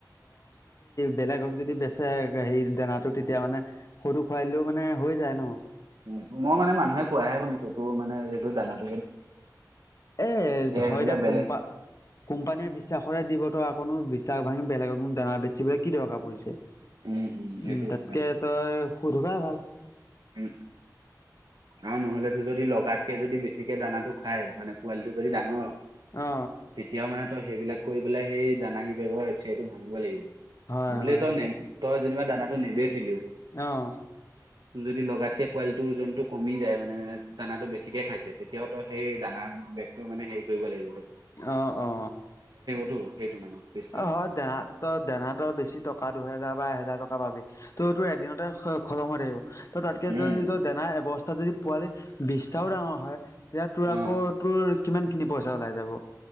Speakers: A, on the right; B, on the left.
A: <unintelligible>
B: বেলেগ হক যদি বেচে হেৰি দানাটো তেতিয়া মানে সৰু খুৱাইলেও মানে হৈ যায় ন। <unintelligible>
A: উ মই মানে মানুহে কোৱাহে শুনিছো তোৰ মানে সটো দানা। <unintelligible>
B: এ হয়
A: আহি পেলাই
B: এতিয়া
A: বেলেগ
B: কোম্পা কোম্পানীয়ে বিশ্বাসৰে দিব। তকনো বিশ্বাস ভাঙি বেলেগকো দানা বেছি বলে কি দৰকাৰ পৰিছে। <unintelligible>
A: উম, সেইটো
B: উম তাতকে
A: হয়
B: তই সুধবাই ভাল। <unintelligible>
A: উ আৰু নহলে তো যদি লগ। তাতকে যদি বেছিকে দানাটো খাই মানে পোৱালিটো যদি ডাঙৰ
B: অ
A: তেতিয়াও মানে তই সেইবিলাক। <unintelligible> কৰি পেলাই সেই দানা ক বাৰছে সেইটো ভাঙিব লাগিব
B: হয়
A: বোলে
B: হয়
A: তই ন। <unintelligible> তই যেনিবা দানাটো নেবেছিলিও।
B: অহ
A: যদি লগাতকৈ কোৱালিটো ওজনটো কমি যায় মানে দানাটো বেছিকৈ খাইছে তেতিয়াওতো সেই দানা। ত মানে হেৰি কৰিব লাগিব তো।
B: অ অ।
A: তটো সেইটো মানে চিষ্টেমটো।
B: অ হয় দানাত ত দানাতৰ বেছি টকা দুহেজাৰ বা এহেজাৰ টকা পাবি ত'টো এদিনতে খজমত থাকিব ত তাতকে
A: উম,
B: যদি দনাএবস্থা। যদি পোৱালি বিশটা ডাঙৰ হয় তেতিয়া তোৰ
A: অ',
B: আকৌ তোৰ কিমান খিনি পইচা ওলাই যাব